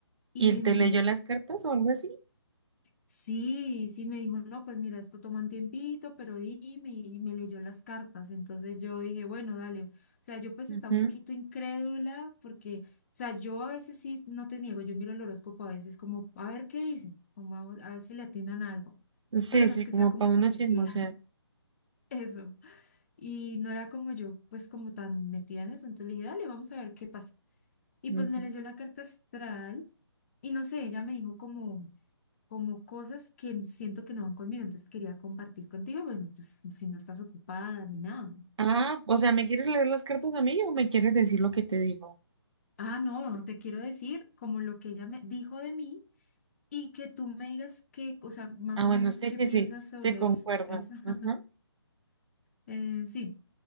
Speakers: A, on the right; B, on the left.
A: ¿Y
B: Y,
A: él te
B: mm,
A: leyó las cartas o algo así?
B: Sí, sí, me dijo, no, pues mira, esto toma un tiempito, pero dime, y me leyó las cartas. Entonces yo dije, bueno, dale. O sea, yo pues
A: Ujú.
B: estaba un poquito incrédula porque, o sea, yo a veces sí, no te niego, yo miro el horóscopo a veces como, a ver qué dicen, como a, a ver si le atinan a algo,
A: Sí,
B: pero no
A: sí,
B: es que
A: como
B: sea como
A: para
B: muy
A: uno
B: metida,
A: chismosear.
B: <laughs> eso. Y no era como yo, pues como tan metida en eso. Entonces le dije, dale, vamos a ver qué pasa. Y
A: Ujú.
B: pues me leyó la carta astral y no sé, ella me dijo como como cosas que siento que no van conmigo, entonces quería compartir contigo, bueno, pues si no estás ocupada ni nada.
A: Ah, o sea, ¿me quieres leer las cartas a mí o me quieres decir lo que te digo?
B: Ah, no, te quiero decir como lo que ella me dijo de mí y que tú me digas qué, o sea, más
A: Ah,
B: o
A: bueno,
B: menos
A: sí,
B: qué
A: sí,
B: piensas
A: sí,
B: sobre
A: se concuerda.
B: eso. Eso. <laughs>
A: Ajá.
B: Eh, sí,